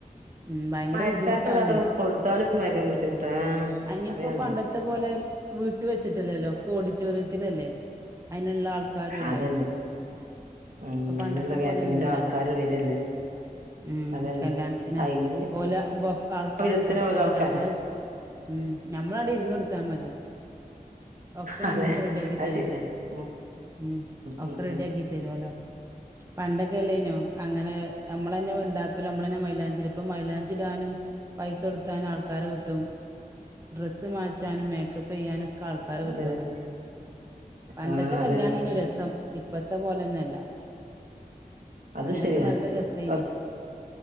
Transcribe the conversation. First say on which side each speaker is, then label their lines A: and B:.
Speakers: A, on the right; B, on the right.
A: ഉം ഭയങ്കര
B: മഴക്കാലത്തൊക്കെ
A: ബുദ്ധിമുട്ടാണ്
B: അതൊക്കെ കൊടുത്താലും <unintelligible> ആഹ്
A: അയിനിപ്പോ
B: പറയാണ്ടോ
A: പണ്ടത്തെ പോലെ വീട്ട് വെച്ചിട്ടില്ലല്ലോ ക്കൊടിറ്റൊറിയത്തിലല്ലേ അതിനുള്ള ആൾക്ക ക്കരുല്ലേ
B: അതന്നെ ഉം
A: ഇപ്പൊ പണ്ടത്തെ
B: അതിനുള്ള കാറ്ററിങ്ങിന്റെ
A: പോലെ ഒന്നുല്ലല്ലോ
B: ആൾക്കാര് വരല്ലേ
A: ഉം
B: അതന്നെ
A: കല്യാണത്തിന്
B: അയിന്
A: ഓല് ബോഫ ആൾക്കാരെ
B: ഓരോരുത്തര്
A: നിർത്തല്ലെ
B: ഓരോ ആൾക്കാരാ
A: ഞമ്മള് ഉം ഞമ്മള് അവിടെ ഇരുന്ന് കൊടുത്താ മതി. ഒക്കെ
B: അതെ
A: ഞമ്മുക്ക് റെഡി ആക്കി
B: അത്
A: തരും
B: ശരിയാ ഉം
A: ഉം ഒക്കെ
B: ഉം
A: റെഡി
B: ഉം
A: ആക്കി തരുവല്ലോ പണ്ടൊക്കെല്ലയിനോ അങ്ങനെ ഞമ്മള്ന്നെ പോയിണ്ടാക്കലും ഞമ്മള്ന്നെ മൈലാഞ്ചി ഇപ്പൊ മൈലാഞ്ചി ഇടാനും പൈസ കൊടുത്താനും ആൾക്കാരെ കിട്ടും ഡ്രെസ്സ് മാറ്റാനും മേക്കപ്പ് ചെയ്യാനൊ ആൾക്കാരെ കിട്ടുലോ
B: അതന്നെ
A: പണ്ടത്തെ
B: ആഹ് അതന്നെ
A: കല്യാണയിനു രസം ഇപ്പ ഇന്നത്തെ പോലൊന്നും അല്ല
B: അത്
A: പണ്ടൊക്കെ
B: ശരിയാ
A: നല്ല രസേയിന്
B: ഇപ്പ